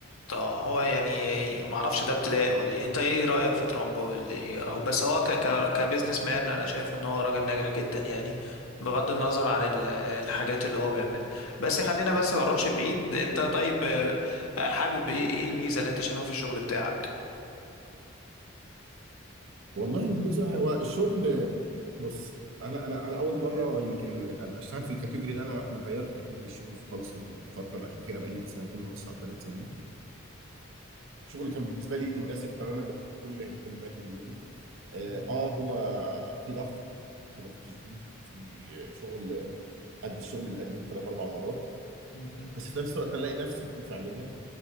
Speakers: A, on the left; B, on the right.
A: طب هو يعني ما اعرفش ده ابتلاء ولا ايه انت ايه رايك في ترامب واللي اهو بس هو ك... ك... كبزنس مان انا شايف ان هو راجل ناجح جدا يعني بغض النظر عن ال... الحاجات اللي هو بيعملها بس خلينا بس ما نروحش بعيد انت طيب آه، حابب ايه ايه الميزه اللي انت شايفها في الشغل بتاعك
B: والله الميزه هو الشغل بص انا انا انا اول مره يمكن ابقى اشتغل في الكاتيجوري ده انا انا غيرت كاتيجوري الشغل خالص في الفتره الاخيره بقى لي سنتين ونص او ثلاث سنين الشغل كان بالنسبه لي مناسب تماما لكل اهتماماتي وميولي اه
A: مم.
B: آه، هو في ضغط في ضغط شديد في شغل قد الشغل القديم ثلاث اربع مرات
A: مم.
B: بس في نفس الوقت انا الاقي نفسي فيه فعليا